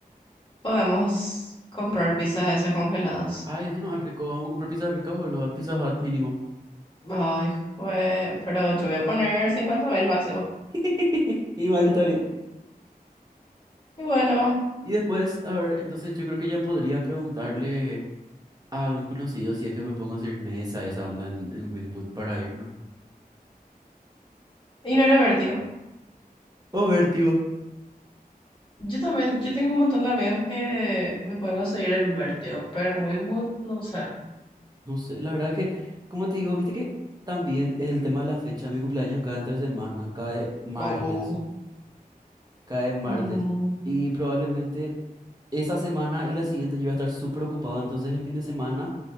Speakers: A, on the left; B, on the right.
A: podemos comprar pizzas esas congeladas.
B: Ay, eso no es rico. Vamos a comprar pizza rica, boludo. Pizza Hut mínimo.
A: Ay, jue- pero yo voy a poner cincuenta mil máximo.
B: <laughs> Igual está bien.
A: Y bueno,
B: Y después, a ver, entonces yo creo que ya podría preguntarle a algún conocido si es que me pongo a hacer mesa, esa onda en, en Winwood para irnos.
A: y no era Vértigo.
B: O ver, tío.
A: Yo también, yo tengo un montón de amigos que me pueden conseguir en Vértigo, pero en Wingwood no sé.
B: No sé, la verdad que, como te digo, viste que también el tema de la fecha, mi cumpleaños cae entre semana, cae martes,
A: Oh,
B: cae martes.
A: mm.
B: Y probablemente... Esa semana y la siguiente yo voy a estar súper ocupado, entonces el fin de semana